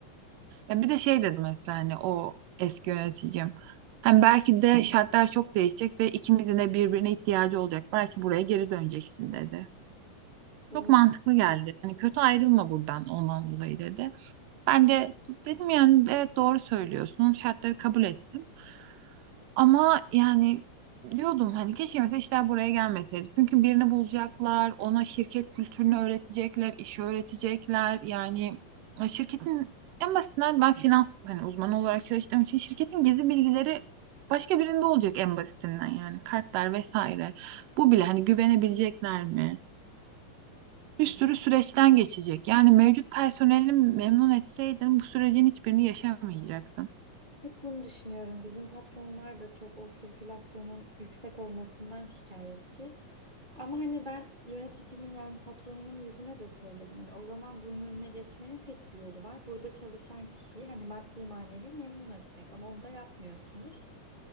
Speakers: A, on the right (about 85°); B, on the right (about 15°).
A: Ya bir de şey dedim mesela hani o eski yöneticim. Hani belki de şartlar çok değişecek ve ikimizin de birbirine ihtiyacı olacak. Belki buraya geri döneceksin dedi.
B: Doğru.
A: Çok mantıklı geldi. Hani kötü ayrılma buradan ondan dolayı dedi. Ben de dedim yani evet doğru söylüyorsun. Şartları kabul ettim. Ama yani diyordum hani keşke mesela işler buraya gelmeseydi. Çünkü birini bulacaklar, ona şirket kültürünü öğretecekler, işi öğretecekler. Yani e, şirketin en basitinden ben finans hani uzmanı olarak çalıştığım için şirketin gizli bilgileri başka birinde olacak en basitinden yani kartlar vesaire. Bu bile hani güvenebilecekler mi? Bir
B: Evet.
A: sürü süreçten geçecek. Yani mevcut personeli memnun etseydin bu sürecin hiçbirini yaşamayacaktın.
B: Hep bunu düşünüyorum. Bizim patronlar da çok o sirkülasyonun yüksek olmasından şikayetçi. Ama hani ben yöneticimin yani patronumun yüzüne de söyledim. Hani o zaman bunun önüne geçmenin tek bir yolu var. Burada çalışan kişiyi hani maddi manevi memnun etmek. Ama onu da yapmıyorsunuz.